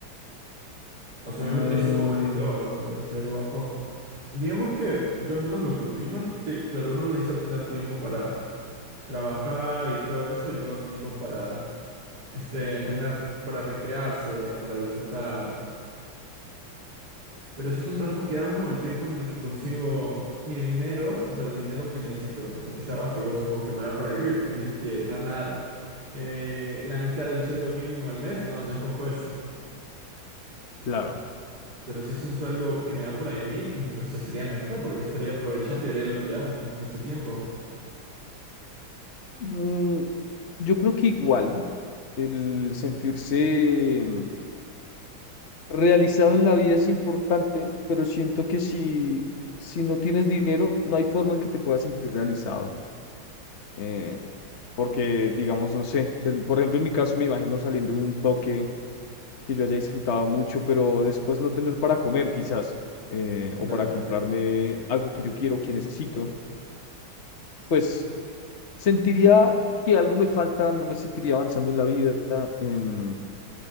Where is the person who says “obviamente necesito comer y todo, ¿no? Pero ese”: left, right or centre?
Right